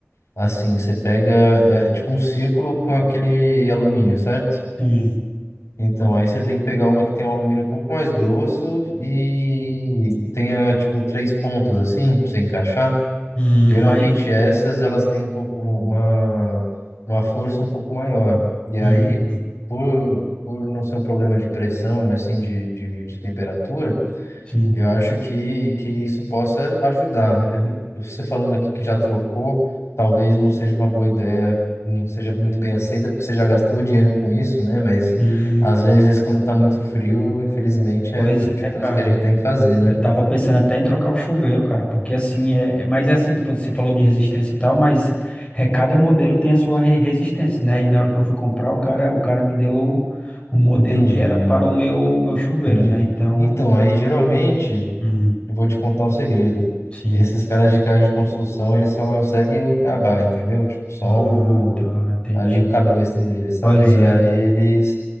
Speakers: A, on the left (about 80°); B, on the left (about 25°).
A: assim, você pega, é, é tipo um círculo com aquele alumínio, certo?
B: sim.
A: Então, aí você tem que pegar uma que tem um alumínio um pouco mais grosso e tenha, tipo, três pontos, assim, pra você encaixar.
B: Hum,
A: Geralmente
B: mas.
A: essas elas têm um pouco, um, uma, uma força um pouco maior. E
B: hum,
A: aí, por, por não ser um problema de pressão, mas sim de, de, de temperatura,
B: sim,
A: eu acho que, que isso possa ajudar. Eu- Você falando aqui que já trocou, talvez não seja uma boa ideia, não seja muito bem aceita, porque você já gastou dinheiro com isso, né? Mas
B: sim.
A: às vezes, quando está muito frio, infelizmente
B: Pois
A: é o tipo de
B: é,
A: coisa
B: cara.
A: que a gente tem que fazer, né?
B: Eu tava pensando até em trocar o chuveiro, cara, porque assim, é, é- mas é assim, tipo, você falou de resistência e tal, mas é, cada modelo tem a sua re- resistência, né? E na hora que eu fui comprar, o cara, o cara me deu o modelo
A: Entendi,
B: que era para o meu, o meu chuveiro,
A: entendi.
B: né? Então,
A: Então, aí geralmente.
B: hum,
A: Eu Vou te contar um segredo.
B: sim.
A: Esses caras de casa de construção, eles só seguem o beabá, entendeu? Tipo, só
B: Ah,
A: o,
B: tá, entendi.
A: ali o cabresto deles, sabe?
B: Pois é.
A: E aí eles,